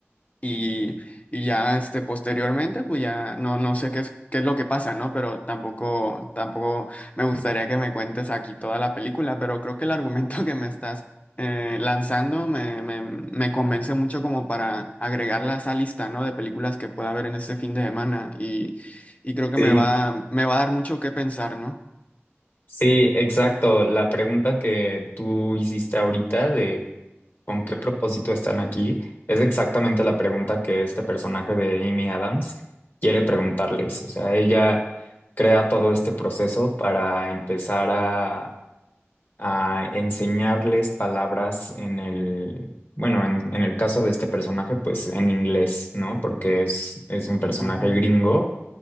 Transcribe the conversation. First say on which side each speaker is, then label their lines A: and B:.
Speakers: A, on the left; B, on the left.
A: y, y ya este, posteriormente, pues ya no, no sé qué es, qué es lo que pasa, ¿no? Pero tampoco, tampoco me gustaría que me cuentes aquí toda la película, pero creo que el argumento <laughs> que me estás eh, lanzando me, me, me convence mucho como para agregarla a esa lista, ¿no? De películas que pueda ver en este fin de semana y, y creo que
B: sí,
A: me va, me va a dar mucho que pensar, ¿no?
B: sí, exacto. La pregunta que tú hiciste ahorita de con qué propósito están aquí es exactamente la pregunta que este personaje de Amy Adams quiere preguntarles. O sea, ella crea todo este proceso para empezar a a enseñarles palabras en el, bueno, en, en el caso de este personaje, pues en inglés, ¿no? Porque es, es un personaje
A: Ujú.
B: gringo